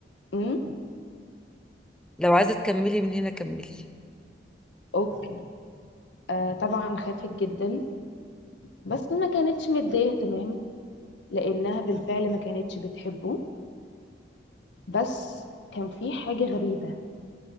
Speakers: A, on the left; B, in the centre.
A: امم
B: لو عايزة تكملي من هنا كملي
A: اوكي آه طبعا خافت جدا بس ما كانتش مديه تمام لانها بالفعل ما كانتش بتحبه بس كان في حاجه غريبه